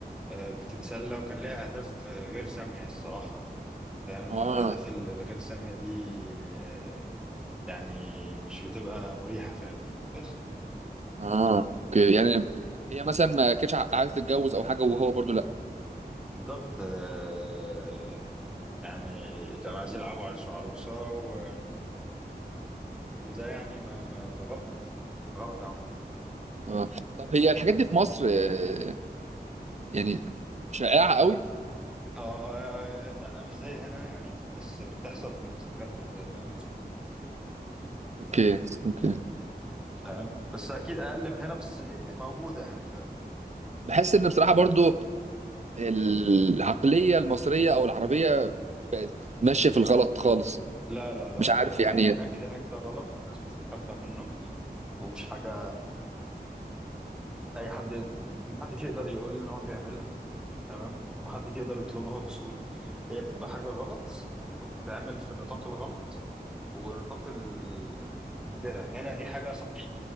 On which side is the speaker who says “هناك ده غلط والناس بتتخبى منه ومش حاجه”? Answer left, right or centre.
Centre